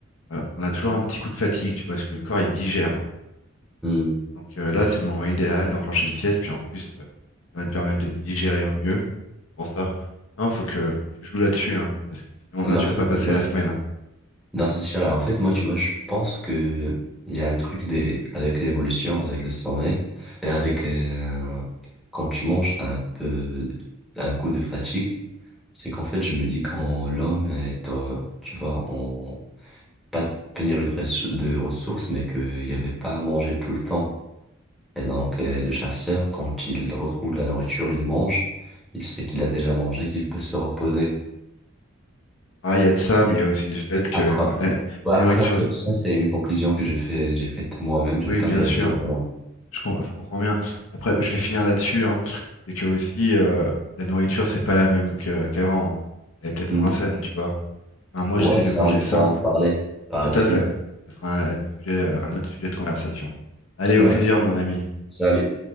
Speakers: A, on the left (about 80°); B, in the centre.
A: euh, on a toujours un petit coup de fatigue, tu vois, parce que le corps, il digère.
B: Hmm.
A: Donc euh, là, c'est le moment idéal d'enclencher une sieste, puis en plus, euh, ça va te permettre de digérer au mieux. C'est Pour ça, non, faut que, faut que tu joues là-dessus, hein, parce que sinon
B: Mais
A: là, tu
B: en fait,
A: vas pas passer
B: ouais.
A: la semaine. hein.
B: Non, c'est sûr. Et en fait, moi, tu vois, je pense que il y a un truc des... avec l'évolution, avec le sommeil, et avec euh, quand tu manges, t'as un peu un coup de fatigue. C'est qu'en fait, je me dis quand l'homme est, euh, tu vois, en pas de pénurie de, ressour- de ressources, mais qu'il n'y avait pas à manger tout le temps. Et donc, euh, le chasseur, quand il retrouve la nourriture, il mange. Il sait qu'il a déjà mangé, qu'il peut se reposer.
A: Ah, il y a de ça, mais il y a aussi le fait que
B: Après,
A: la, nour- la-
B: ouais,
A: la
B: après,
A: nourriture,
B: en fait, ça, c'est une conclusion que j'ai fait, j'ai faite moi-même, j'ai
A: oui,
B: pas
A: bien
B: vérifié
A: sûr,
B: vraiment.
A: je, com- je comprends bien. Après, je vais finir là-dessus, hein. C'est que aussi, euh, la nourriture, c'est pas la même que qu'avant. hein. Elle est peut-être
B: Hmm.
A: moins saine, tu vois. Enfin, moi,
B: Ouais,
A: j'essaie de
B: ça,
A: manger
B: on peut
A: sain,
B: en parler par
A: tout
B: la
A: à
B: suite.
A: fait. Ce sera un, le sujet, euh, un autre sujet de conversation. Allez, au
B: Ouais.
A: plaisir, mon ami.
B: Salut.